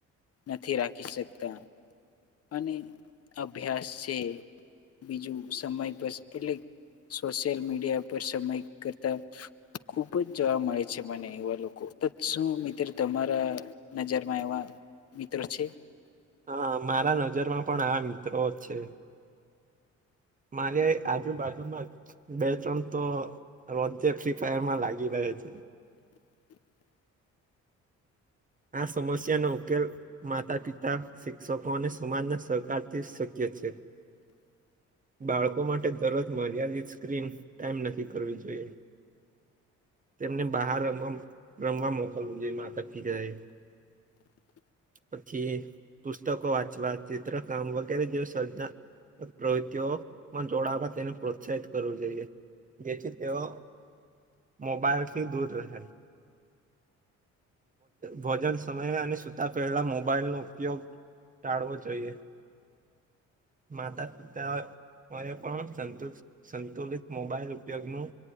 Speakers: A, on the left (about 50°); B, on the right (about 25°).
A: નથી રાખી શકતા. અને અભ્યાસ છે. બીજું સમય પર કેટક સોશિયલ મીડિયા પર સમય કરતા ખુબ જ જોવા મળે છે મને એવા લોકો શું મિત્ર તમારા નજરમાં એવા મિતર છે.
B: હા મારા નજરમાં પણ આ મિત્રો જ છે. મારે આજુબાજુમાં બે ત્રણ તો રોજે ફ્રી ફાયર માં લાગી રહ્યો. <inaudible>
A: <inaudible>
B: આ સમસ્યાનો ઉકેલ માતા પિતા શિક્ષકો અને સમાજના સહકારથી શક્ય છે.
A: <inaudible>
B: બાળકો માટે દરજ મર્યાદિત સ્ક્રીન ટાઈમ નક્કી કરવી જોઈએ. તેમને બહાર રમવા રમવા મોકલવું જોઈ માતા પિતા એ
A: <inaudible>
B: પછી પુસ્તકો વાંચવા ચિત્રકામ વગેરે જેવ સર્જાન પ્રવૃત્તિઓમાં જોડાવતા તેને પ્રોત્સાહિત કરવું જોઈએ. જેથી તેઓ મોબાઈલ થી દૂર રહે. ભોજન સમય અને સુતા પહેલા મોબાઈલ નો ઉપયોગ ટાળવો જોઈએ માતા પિતા અ એ પણુ સંતુલિત મોબાઈલ ઉપયોગ નું